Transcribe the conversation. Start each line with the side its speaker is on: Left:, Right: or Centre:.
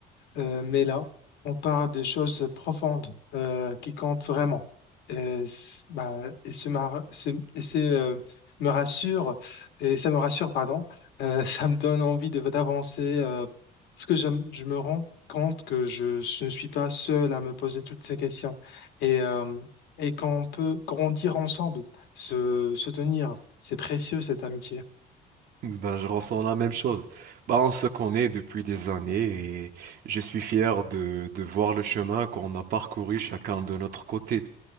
Left: euh, mais là, on parle de choses profondes euh, qui comptent vraiment. Et, c- bah, et, ce mar- ce- et c'est, euh, me rassure, et ça me rassure, pardon, euh, <laughs> ça me donne envie de, d'avancer euh, parce que je, je me rends compte que je, je ne suis pas seul à me poser toutes ces questions et, euh, et qu'on peut grandir ensemble, se, se tenir. C'est précieux cette amitié.
Right: Ben, je ressens la même chose. Ben, on se connaît depuis des années et je suis fier de, de voir le chemin qu'on a parcouru chacun de notre côté.